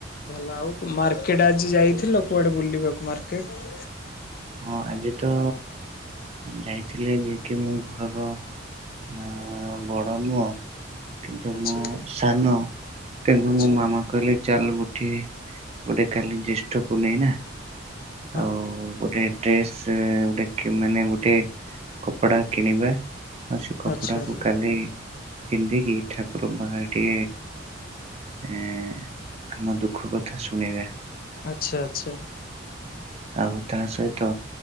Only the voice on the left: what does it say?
ଭଲ ଆଉ ମାର୍କେଟ ଆଜି ଯାଇଥିଲ? କୁଆଡେ ବୁଲିବାକୁ ମାର୍କେଟ
ଆଚ୍ଛା
ଆଚ୍ଛା
ହଁ
ଆଚ୍ଛା
ଆଚ୍ଛା, ଆଚ୍ଛା।